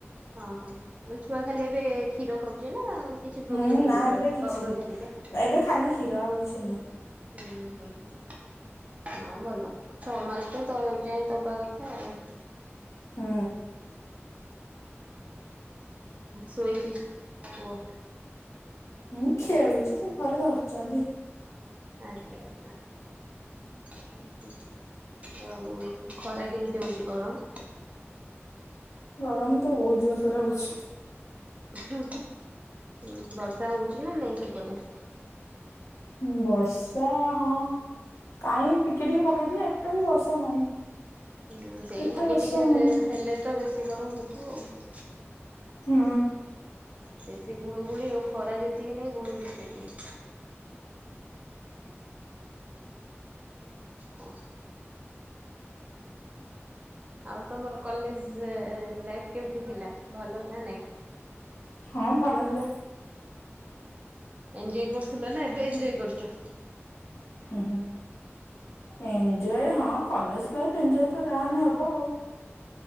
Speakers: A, on the right; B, on the left.
A: ଓଁ ହଁ ହଁ <inaudible> ଛୁଆ ଖାଲି ଏବେ କ୍ଷୀର ଖାଉଛି ନା କିଛି ପ୍ରୋଟିନ
B: ହୁଁ ନା
A: ଦଉଛ
B: ଏବେ କିଛି
A: ପାଉଡର ହେରିକା?
B: ଏବେ ଖାଲି କ୍ଷୀର ଆଉ କିଛି ନୁହେଁ।
A: ହୁଁ ହୁଁ ହୁଁ ହଁ ଭଲ ଛଅ ମାସ ତ ତ ଯାଇ ଦବା କଥା ଆଉ
B: ହୁଁ।
A: ଶୋଇଛି କୁହ?
B: ହଁ ଖେଳୁଛି ତ ଘରେ ଧରିଛନ୍ତି।
A: ଆଚ୍ଛା ଆଚ୍ଛା। ହଁ ହଁ ଆଉ ଏଇ ଖରା କେମିତି ହଉଛି ଗରମ?
B: ଗରମ ତ ବହୁତ ଜୋରସରେ ହଉଛି।
A: ହୁଁ ହୁଁ ବର୍ଷା ହଉଛି ନା ନାଇଁ ସେପଟେ?
B: ବର୍ଷା ହଁ କାହିଁ ଟିକେ ଟିକେ ପକେଇଥିଲା ଏତେ ବି ବର୍ଷା ନାହିଁ।
A: ହଁ ସେଇ
B: ଏତେ
A: ଟିକେ
B: ବର୍ଷା
A: ଟିକେ
B: ହଉନି
A: ହେଲେ ତ ବେଶୀ ଗରମ ହଉଥିବ ଆଉ
B: ହୁଁ।
A: ବେଶୀ ଗୁଳୁଗୁଳି ଆଉ ଖରା ଯେତିକି ନାଇଁ ଗୁଳୁଗୁଳି ସେତିକି। କଣ ଆଉ ତମର କଲେଜ ଲାଇଫ କେମିତି ଥିଲା ଭଲ ନା ନାଇଁ?
B: ହଁ ଭଲ ଥିଲା।
A: ଏଞ୍ଜୟ କରୁଥିଲ ନା ଏବେ ଏଞ୍ଜୟ କରୁଛ?
B: ହୁଁ ହୁଁ। ଏଞ୍ଜୟ ହଁ କଲେଜ ଲାଇଫ ଏଞ୍ଜୟ ତ ଯାହାନେ ହବ ଆଉ